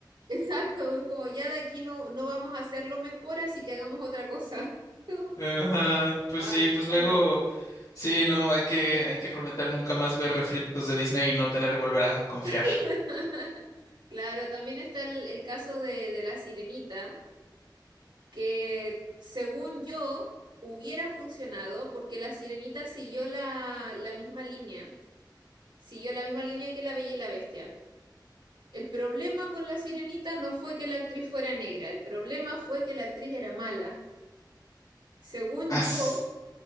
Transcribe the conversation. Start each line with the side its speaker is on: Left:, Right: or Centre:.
Right: Exacto, es como ya de aquí no, no vamos a hacerlo mejor, así que hagamos otra cosa.
Left: <laughs>
Right: <laughs>
Left: Ajá, pues
Right: Ah,
Left: sí, pues luego,
Right: qué horror.
Left: sí, no, hay que, hay que prometer nunca más ver refritos de Disney y no tener que volver a confiar.
Right: <laughs> Claro, también está el, el caso de, de la sirenita, que según yo hubiera funcionado porque la sirenita siguió la, la misma línea, siguió la misma línea que la Bella y la Bestia. El problema con La Sirenita no fue que la actriz fuera negra, el problema fue que la actriz era mala. Según
Left: As.
Right: yo,